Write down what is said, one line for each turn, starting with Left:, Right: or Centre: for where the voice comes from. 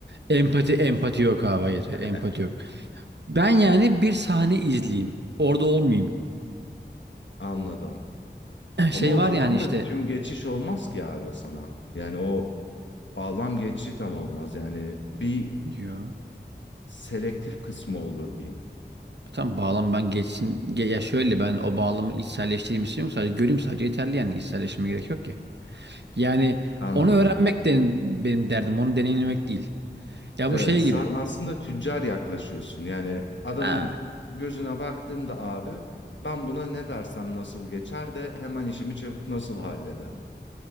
Right: Empati empati yok abi. Hayır. Empati
Left: <laughs>
Right: yok. Ben yani bir sahne izleyeyim. Orada olmayayım.
Left: Anladım.
Right: <clears throat>
Left: Ama
Right: Şey
Left: o
Right: var
Left: zaman
Right: yani işte
Left: da tüm geçiş olmaz ki abi sana. Yani o bağlam geçişi tam olmaz. Yani bir
Right: diyor.
Left: selektif kısmı olur diyeyim.
Right: Tam bağlam ben geçsin. Ge- Ya şöyle ben o bağlamı içselleştireyim istiyorum. Sadece göreyim sadece yeterli yani içselleştirme gerek yok ki. Yani
Left: Anladım.
Right: onu öğrenmek de benim derdim. Onu deneyimlemek değil. Ya
Left: Evet,
Right: bu şey
Left: sen
Right: gibi.
Left: aslında tüccar yaklaşıyorsun. Yani adamın
Right: Ha.
Left: gözüne baktığımda abi ben buna ne dersem nasıl geçer de hemen işimi çabuk nasıl hallederim.